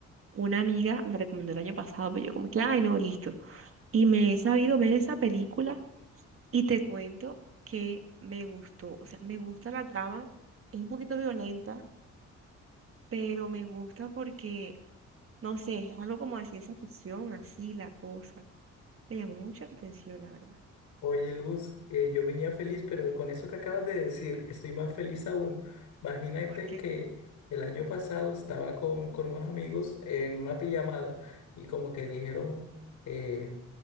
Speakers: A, on the right; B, on the left.
A: Una amiga me recomendó el año pasado, pero yo como que, ay, no, listo. Y me he sabido ver esa película y te cuento que me gustó. O sea, me gusta la trama, es un poquito violenta, pero me gusta porque, no sé, es algo como de ciencia ficción, así la cosa. Me llamó mucho la atención, la verdad.
B: Oye, Luz, eh, yo venía feliz, pero con eso que acabas de decir, estoy más feliz aún. Imagínate
A: Porque,
B: que el año pasado estaba con, con unos amigos en una pijamada y como que dijeron, eh,